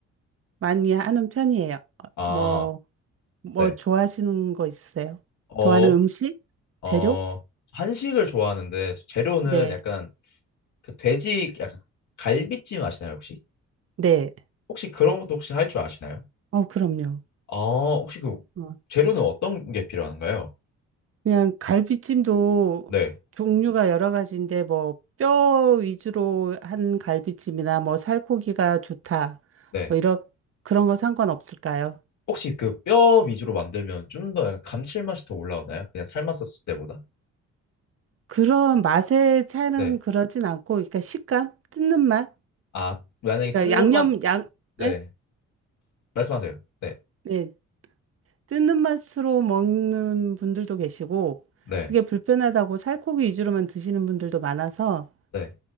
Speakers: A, on the right; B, on the left.
A: 많이 하는 편이에요. 어,
B: 아,
A: 뭐, 뭐
B: 네.
A: 좋아하시는 거 있으세요?
B: 어,
A: 좋아하는 음식?
B: 어,
A: 재료?
B: 한식을 좋아하는데 재료는
A: 네.
B: 약간 그 돼지 약간 갈비찜 아시나요, 혹시?
A: 네.
B: 혹시 그런 것도 혹시 할 줄 아시나요?
A: 어, 그럼요.
B: 아, 혹시 그
A: 어.
B: 재료는 어떤 게 필요한가요?
A: 그냥 갈비찜도
B: 네.
A: 종류가 여러 가지인데 뭐 뼈 위주로 한 갈비찜이나 뭐 살코기가 좋다.
B: 네.
A: 뭐 이런 그런 거 상관없을까요?
B: 혹시 그 뼈 위주로 만들면 좀 더 감칠맛이 더 올라오나요? 그냥 삶았었을 때보다?
A: 그런 맛의 차이는
B: 네.
A: 그러진 않고 그러니까 식감, 뜯는 맛.
B: 아, 만약에
A: 그러니까
B: 뜯는
A: 양념
B: 맛,
A: 양
B: 네.
A: 네?
B: 말씀하세요. 네,
A: 네. 뜯는 맛으로 먹는 분들도 계시고
B: 네,
A: 그게 불편하다고 살코기 위주로만 드시는 분들도 많아서
B: 네.